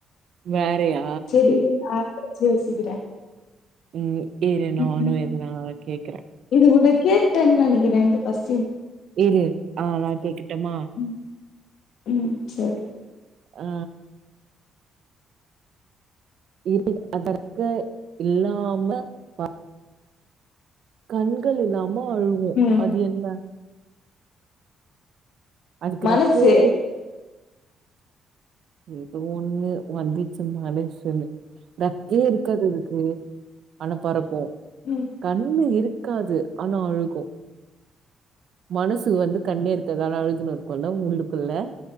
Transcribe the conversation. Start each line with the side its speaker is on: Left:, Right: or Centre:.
Right: வேறயா
Left: சரி இரு நா ஏதாச்சி யோசிக்கிறே
Right: ம் இரு நானும்
Left: ம்ஹூ
Right: எதுனா கேட்கிறேன்.
Left: இது உன்ன கேட்டேன்னு நினைக்கிறே இத பஸ்ட்
Right: இரு ஆ நான் கேட்கட்டுமா?
Left: ம் ம் சரி
Right: ஆ இ அதற்கு இல்லாம வா கண்கள் இல்லாம அழுவோ
Left: ம்
Right: அது என்ன அதுக்கு
Left: மனசு
Right: ரெக்கயே ஏதோ ஒண்ணு வந்திச்சு மனஷுனு ரக்கயே இருக்காது அதுக்கு ஆனா பறக்கோ
Left: ம்
Right: கண்ணு இருக்காது ஆனா அழுகோ மனசு வந்து கண்ணே இருக்காது ஆனா அழுதுணு இருக்கோ உள்ளுக்குள்ள